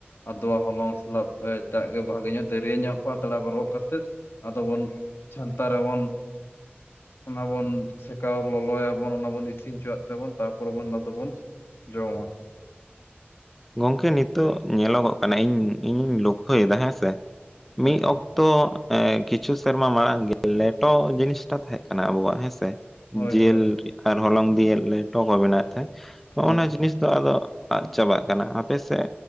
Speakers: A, on the left; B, in the centre.
A: ᱟᱫᱚᱣᱟ ᱦᱚᱞᱚᱝ ᱥᱟᱞᱟᱜ ᱮᱴᱟᱜ ᱜᱮ ᱵᱷᱟᱜᱮ ᱧᱚᱜ ᱫᱟᱹᱨᱭᱟᱹ ᱧᱚᱜ ᱯᱟᱛᱲᱟ ᱠᱚ ᱨᱚᱜ ᱠᱟᱛᱮᱫ ᱟᱫᱚ ᱵᱚᱱ ᱪᱷᱟᱱᱛᱟ ᱨᱮᱵᱚᱱ ᱚᱱᱟ ᱵᱚᱱ ᱥᱮᱠᱟᱣ ᱞᱚᱞᱚᱭᱟᱵᱚᱱ ᱚᱱᱟ ᱵᱚᱱ ᱤᱥᱤᱱ ᱦᱚᱪᱚᱣᱟᱜ ᱛᱮᱵᱚᱱ ᱛᱟᱨᱯᱚᱨᱮ ᱵᱚᱱ ᱟᱫᱚ ᱵᱚᱱ ᱡᱚᱢᱟ
B: ᱜᱚᱝᱠᱮ ᱱᱤᱛᱚᱜ ᱧᱮᱞᱚᱜᱚᱜ ᱠᱟᱱᱟ ᱤᱧ ᱤᱧᱤᱧ ᱞᱳᱠᱠᱷᱳᱭ ᱮᱫᱟ ᱦᱮᱸ ᱥᱮ
A: ᱦᱳᱭ
B: ᱢᱤᱫ ᱚᱠᱛᱚ ᱮᱸᱻ ᱠᱤᱪᱷᱩ ᱥᱮᱨᱢᱟ ᱢᱟᱲᱟᱝ ᱜᱮ ᱞᱮᱴᱚ ᱡᱤᱱᱤᱥᱴᱟᱜ ᱛᱟᱦᱮᱸ ᱠᱟᱱᱟ ᱟᱵᱚᱣᱟᱜ ᱦᱮᱸ ᱥᱮ
A: ᱦᱳᱭ
B: ᱡᱮᱞ
A: ᱦᱳᱭ
B: ᱟᱨ ᱦᱚᱞᱚᱝ ᱫᱤᱭᱮ ᱞᱮᱴᱚ ᱠᱚ ᱵᱮᱱᱟᱣᱮᱫ ᱛᱟᱦᱮᱸ ᱱᱚᱜ-ᱚ
A: ᱦᱳᱭ
B: ᱱᱟ ᱡᱤᱱᱤᱥ ᱱᱚᱣᱟ ᱫᱚ ᱟᱫ ᱪᱟᱵᱟᱜ ᱠᱟᱱᱟ ᱟᱯᱮ ᱥᱮᱫ